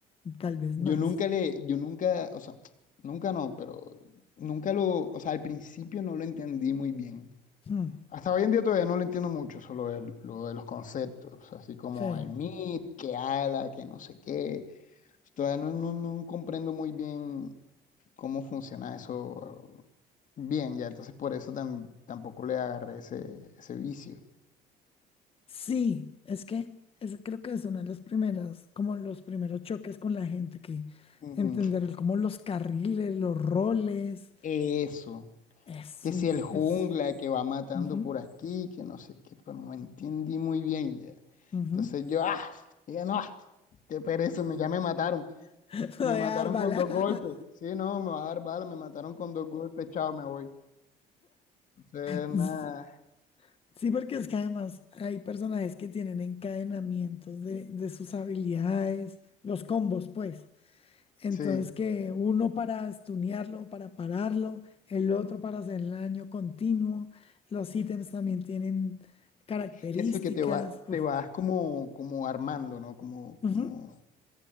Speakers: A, on the left; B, on the left.
A: tal vez
B: Yo
A: más.
B: nunca le, yo nunca, o sea, nunca no, pero nunca lo, o sea, al principio no lo entendí muy bien.
A: Hmm,
B: Hasta hoy en día todavía no lo entiendo mucho, solo el- lo de los conceptos, así como
A: sí.
B: el MIT, que ala, que no sé qué. Todavía no, no, no comprendo muy bien cómo funciona eso bien, ya, entonces por eso tam- tampoco le agarré ese, ese vicio.
A: Sí, es que es- creo que es uno de los primeros, como los primeros choques con la gente, que
B: Ujú.
A: entender el- como los carriles, los roles,
B: Eso.
A: es
B: Que
A: un,
B: si el jungla
A: es,
B: que va matando
A: ujú,
B: por aquí, que no sé qué, pero no entendí muy bien ya.
A: ujú.
B: Entonces yo, ah, ya no, ah, qué pereza, me, ya me mataron.
A: <laughs> Me voy
B: Me mataron
A: a dar bala.
B: con dos
A: <laughs>
B: golpes. Sí, no, me va a dar bala, me mataron con dos golpes, chao, me voy. Entonces,
A: Sí,
B: nada,
A: sí, porque es que además hay personajes que tienen encadenamientos de, de sus habilidades, los combos, pues. Entonces
B: sí.
A: que uno para estunearlo, para pararlo, el otro para hacer el daño continuo. Los ítems también tienen características.
B: Eso que te va,
A: uf.
B: te vas como, como armando, ¿no? Como,
A: Ujú.
B: como,